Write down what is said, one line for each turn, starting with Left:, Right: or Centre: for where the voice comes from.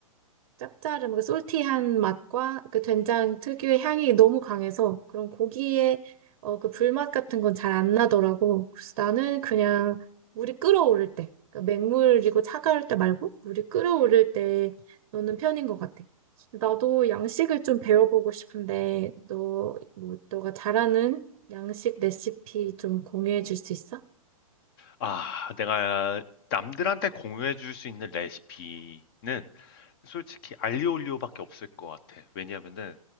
Right: 짭짤한, 그 솔티한 맛과 그 된장 특유의 향이 너무 강해서 그런 고기에 어, 그 불맛 같은 건 잘 안 나더라고. 그래서 나는 그냥 물이 끓어오를 때, 그러니까 맹물이고 차가울 때 말고 물이 끓어오를 때 넣는 편인 것 같아. 나도 양식을 좀 배워보고 싶은데, 너, 뭐, 너가 잘하는 양식 레시피 좀 공유해 줄 수 있어?
Left: 아, 내가 남들한테 공유해 줄 수 있는 레시피는 솔직히 알리오올리오밖에 없을 것 같아. 왜냐면은